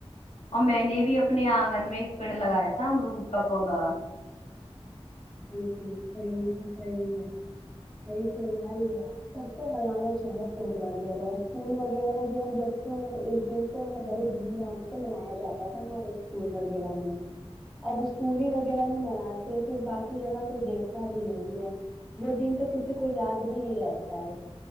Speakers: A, on the left; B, in the centre.
A: اور میں نے بھی اپنے آنگن میں ایک پیڑ لگایا تھا امرود کا پودا
B: ج صحیح تو صحیح ہے صحیح پلوار ہی ہے آپ سب کو لگانا چاہیے پیڑ وغیرہ اسکول وغیرہ میں بھی ہم جبتے ہیں تو اس دن کو ہے نا بڑے دھوم دھام سے منایا جاتا تھا ہمارے اسکول وغیرہ میں اب اسکول ہی وغیرہ میں مناتے پھر باقی جگہ کوئی دیکھتا بھی نہیں ہے وہ دن تو کسی کو یاد بھی نہیں رہتا ہے